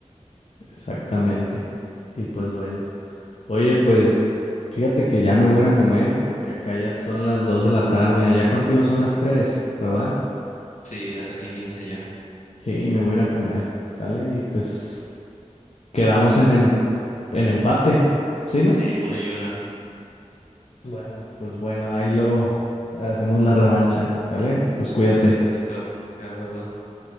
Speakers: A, on the left; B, on the left.
A: Exactamente. Y pues bueno. Oye, pues fíjate que ya me voy a ir a comer porque acá ya son las 2 de la tarde. Allá contigo son las 3, ¿verdad?
B: Sí, las tres y quince ya.
A: Sí, me voy a ir a comer, ¿sale? Y pues quedamos en, em- en empate, ¿sí, no?
B: Sí, una y una.
A: Bueno, pues bueno, ahí luego hacemos la revancha, ¿sale? Pues cuídate.
B: Bueno, listo. Eduardo.